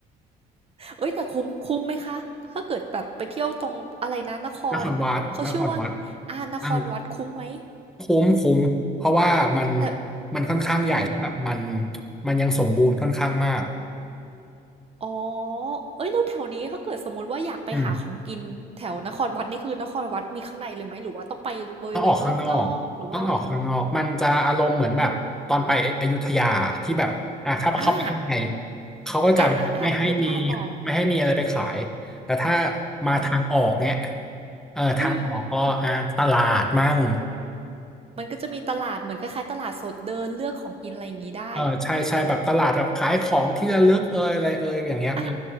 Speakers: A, on the right; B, in the centre.
A: เอ้ยแต่คุ้มคุ้มไหมคะถ้าเกิดแบบไปเที่ยวตรงอะไรนะนครเขาชื่อว่า
B: นครวัดนครวัด
A: อ่านครวัดคุ้มไหม
B: อังคุ้มคุ้มเพราะว่ามัน
A: แต่
B: มันค่อนข้างใหญ่แล้วแบบมัน
A: อืม
B: มันยังสมบูรณ์ค่อนข้างมาก
A: อ๋อเอ้ยแล้วแถวนี้ถ้าเกิดสมมติว่าอยากไปหาของกินแถวนครวัดนี่คือนครวัดมีข้างในเลยไหมหรือว่าต้องไปบริเวณรอบนอกหรือว่าอะไร
B: อืม ต้องออกข้างนอกต้องออกข้างนอก มันจะอารมณ์เหมือนแบบตอนไปอยุธยาที่แบบอ่ะถ้าเข้าไปข้างใน
A: อ่า
B: เขาก็จะแบบไม่ให้มี
A: อ่าอ่าอ่านึกภาพออก
B: ไม่ให้มีอะไรไปขายแต่ถ้ามาทางออกเนี่ย
A: อ่า
B: เออทางออกก็อ่ะตลาดมั่ง
A: อืมอืม มันก็จะมีตลาดเหมือนคล้ายๆตลาดสดเดินเลือกของกินอะไรอย่างงี้ได้
B: เออใช่ใช่แบบตลาดแบบขายของที่ระลึกเอยอะไรเอยอย่างเงี้ยมี
A: อา